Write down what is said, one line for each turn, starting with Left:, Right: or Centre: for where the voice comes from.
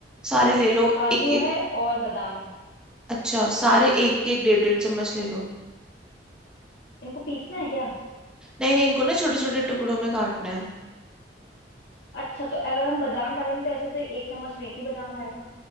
Centre: सारे ले लो
Left: काजू
Centre: एक
Left: है
Centre: एक
Left: और बादाम है
Centre: अच्छा सारे एक एक डेढ़ डेढ़ चम्मच ले लो
Left: इनको पीसना है क्या
Centre: नहीं नहीं इनको ना छोटे छोटे टुकड़ों में काटना है
Left: अच्छा तो अगर हम बादाम डालेंगे तो ऐसे तो एक चम्मच में एक ही बादाम आएगा